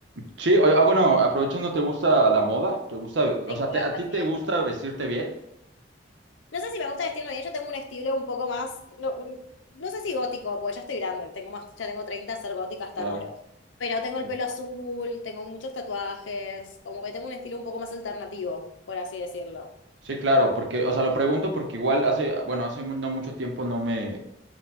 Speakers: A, on the right (about 70°); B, on the left (about 80°).
A: Sí, o- ah, bueno, aprovechando, ¿te gusta la moda? ¿Te gusta, o
B: Me
A: sea,
B: encanta,
A: te- a ti te
B: sí, a
A: gusta
B: mí me gusta.
A: vestirte bien?
B: No sé si me gusta vestirme bien, yo tengo un estilo un poco más, no, no sé si gótico, porque ya estoy grande, tengo más, ya tengo treinta ser gótica está
A: Claro.
B: raro. Pero tengo
A: Sí.
B: el pelo azul, tengo muchos tatuajes, como que tengo un estilo un poco más alternativo, por así decirlo.
A: Sí, claro, porque, o sea, lo pregunto porque igual hace, bueno, hace mu- no mucho tiempo no me,